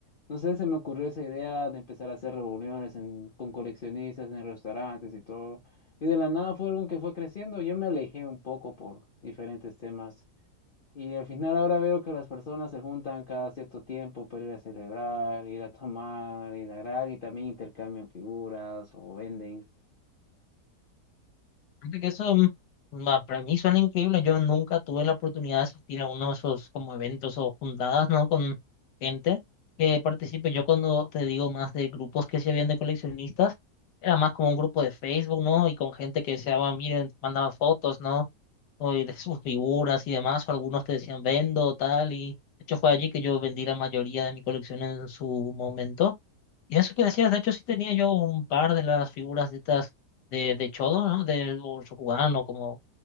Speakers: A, on the left (about 40°); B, on the left (about 80°).
A: No sé, se me ocurrió esa idea de empezar a hacer reuniones en- con coleccionistas en restaurantes y todo. Y de la nada fue algo que fue creciendo. Yo me alejé un poco por diferentes temas. Y al final ahora veo que las personas se juntan cada cierto tiempo para ir a celebrar, ir a tomar, ir a gran y también intercambian figuras o venden.
B: Fíjate que eso mm, ma- para mí suena increíble. Yo nunca tuve la oportunidad de asistir a uno de esos como eventos o juntadas, ¿no? Con gente que participe. Yo cuando te digo más de grupos que se habían de coleccionistas, era más como un grupo de Facebook, ¿no? Y con gente que deseaba, miren, mandaban fotos, ¿no? O de sus figuras y demás, o algunos te decían vendo, tal, y de hecho fue allí que yo vendí la mayoría de mi colección en su momento. Y eso que decías, de hecho sí tenía yo un par de las figuras de estas de, de Chodo, ¿no? De, o Shokugan o como...